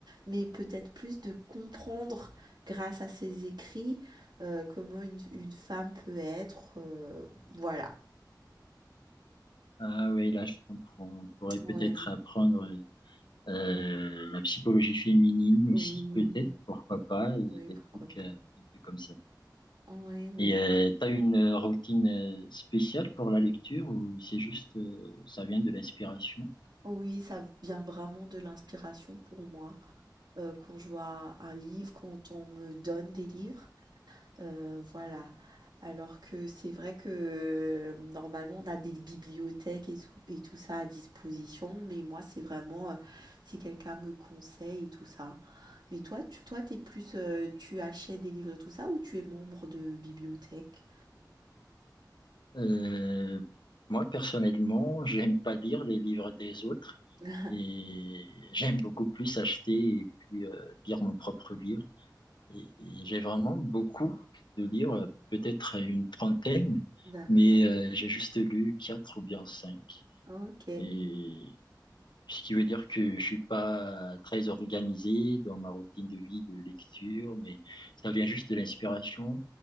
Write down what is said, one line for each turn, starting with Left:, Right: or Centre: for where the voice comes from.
Right: mais peut-être plus de comprendre grâce à ses écrits euh, comment une, une femme peut être. euh, voilà.
Left: Ah oui, là, je comprends. On pourrait peut-être
Right: Ouais.
Left: apprendre euh, la psychologie féminine
Right: Oui,
Left: aussi, peut-être, pourquoi pas, et
Right: Oui,
Left: des
Right: pourquoi
Left: trucs euh,
Right: pas.
Left: un peu comme ça.
Right: oui, oui.
Left: Et euh, tu as une euh, routine euh, spéciale pour la lecture ou c'est juste, euh, ça vient de l'inspiration?
Right: Oui, ça vient vraiment de l'inspiration pour moi. Euh, quand je vois un livre, quand on me donne des livres. Euh, voilà. Alors que c'est vrai que euh, normalement on a des bibliothèques et tout, et tout ça à disposition, mais moi c'est vraiment euh, si quelqu'un me conseille et tout ça. Mais toi, tu, toi t'es plus, euh, tu achètes des livres et tout ça ou tu es membre de bibliothèque?
Left: Euh, moi, personnellement, j'aime pas lire les livres des autres
Right: <laughs>
Left: et j'aime beaucoup plus acheter et puis euh, lire mon propre livre. Et- et j'ai vraiment beaucoup de livres, peut-être une trentaine,
Right: D'accord,
Left: mais euh, j'ai juste lu quatre ou bien cinq.
Right: ok.
Left: Et ce qui veut dire que je suis pas très organisé dans ma routine de vie de lecture, mais ça vient juste de l'inspiration.